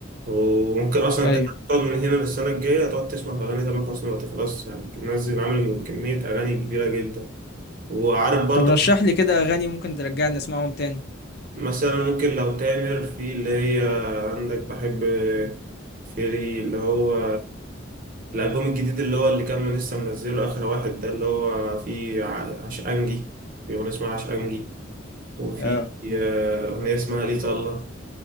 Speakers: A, on the right; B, on the left.
A: وممكن أصلا
B: ايوه
A: أنت تقعد من هنا للسنة الجاية تقعد تسمع في أغاني تامر حسني ما تخلصش يعني منزل عامل كمية أغاني كبيرة جدا وعارف برضه
B: طب رشح لي كده اغاني ممكن ترجعني اسمعهم تاني
A: مثلا ممكن لو تامر في اللي هي عندك بحب في اللي هو الألبوم الجديد اللي هو اللي كان من لسه منزله آخر واحد ده اللي هو فيه ع- عشقانجي في أغنية اسمها عشقانجي وفي
B: اه
A: آه، أغنية اسمها ليه طلة